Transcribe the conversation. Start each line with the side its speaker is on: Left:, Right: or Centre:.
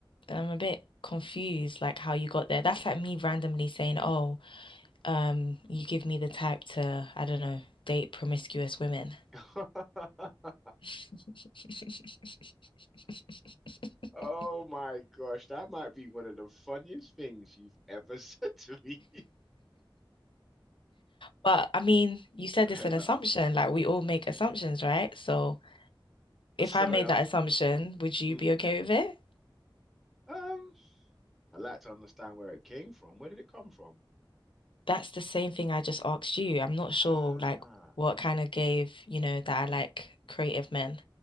Left: I'm a bit confused, like how you got there. That's like me randomly saying, "Oh, um, you give me the type to, I don't know, date promiscuous women."
Centre: Ah. <laughs>
Left: <laughs>
Centre: Oh my gosh, that might be one of the funniest things you've ever <laughs> said to me.
Left: But I mean, you said
Centre: <laughs> Fair
Left: it's an
Centre: enough.
Left: assumption. Like we all make assumptions, right? So if
Centre: Oh, Sorry,
Left: I made
Centre: I'm.
Left: that assumption, would you
Centre: Mm,
Left: be okay with it?
Centre: um, I'd like to understand where it came from. Where did it come from?
Left: that's the same thing I just asked you. I'm not sure
Centre: Ah,
Left: like what kind of gave, you know, that I like creative men.